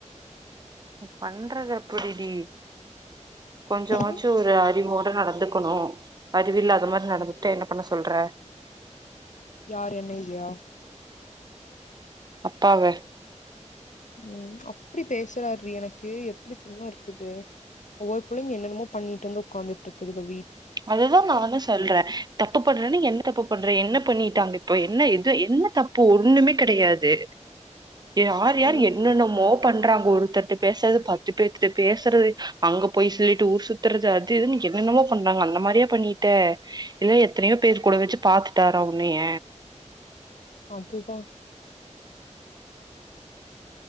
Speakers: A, on the right; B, on the left.
A: பண்றது அப்புடி டி கொஞ்சமாச்சு
B: ஆ
A: ஒரு அறிவோட நடந்துக்குணு அறிவில்லாத மாரி நடந்துக்ட்டா என்ன பண்ண சொல்ற
B: யாரு என்னையா
A: அப்பாவ
B: ம் அப்டி பேசுரார்ரி எனக்கு எப்டி தெரிமா இருக்குது ஒவ்வொரு புள்ளிங்க என்ன என்னமோ பண்ணிட்டு வந்து உக்காந்துட்ருக்குதுங்க வீ
A: அதேதா நானுஸ் சொல்ற தப்பு பண்றேன்னு என்ன தப்பு பண்ற என்ன பண்ணிட்டாங்க இப்ப என்ன இது என்ன தப் பு ஒன்னுமே கெடையாது யார் யார்
B: ம்
A: என்னென்னமோ பண்றாங்க ஒருத்தர்ட்ட பேசறது பத்து பேத்துட்ட பேசுறது அங்க பொய் சொல்லிட்டு ஊர் சுத் துறது அது இதுன் என்னென்னமோ பண் றாங்க அந்த மாரியா பண்ணிட்ட இல்ல எத்தனையோ பேர் கூட வச்சு பாத்துட்டாரா உன்னைய
B: அதுதா